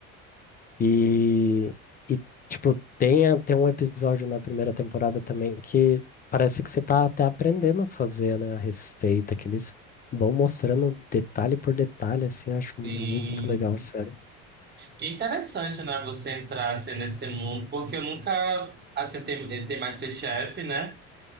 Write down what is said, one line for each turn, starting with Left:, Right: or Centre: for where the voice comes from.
Left: e, e tipo, tem até um episódio na primeira temporada também que parece que você tá até aprendendo a fazer, né, a receita, que eles vão mostrando detalhe por detalhe, assim, eu
Right: Sim.
Left: acho muito legal a série.
Right: E Interessante, né? Você entrar assim, nesse mundo, porque eu nunca assim, tem, tem MasterChef, né?